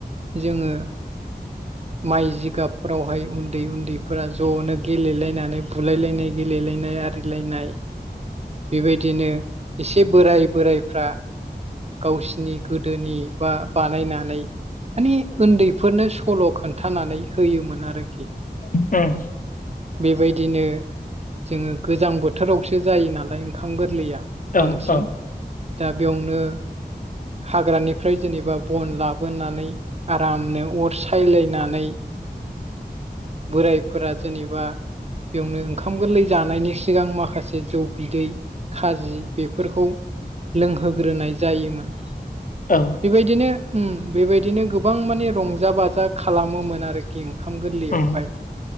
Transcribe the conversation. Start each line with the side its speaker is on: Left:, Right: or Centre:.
Right: जोंङो माइ जिगाबफोरावहाय उन्दै उन्दैफोरा ज'नो गेलेलायनानै बुलायलायनाय गेलेलायनाय आरिलायनाय बेबायदिनो एसे बोराय बोरायफ्रा गावसिनि गोदोनि बा बानायना माने उन्दैफोरनो सल' खोन्थानानै होयोमोन आरोखि
Left: उम
Right: बेबायदिनो जोंङो गोजां बोथोरावसो जायो नालाय ओंखाम गोरलैया बांसिन
Left: औ औ
Right: दा बेयावनो हाग्रानिफ्राय जेनेबा बन लाबोनानै आरामनो अर सायलायनानै बोरायफोरा जेनेबा बेयावनो ओंखाम गोरलै जानायनि सिगां माखासे जौ बिदै खाजि बेफोरखौ लोंहोग्रोनाय जायोमोन।
Left: औ
Right: बेबायदिनो ओम बेबायदिनो गोबां माने रंजा बाजा खालामोमोन आरोखि ओंखाम गोरलैयावहाय
Left: उम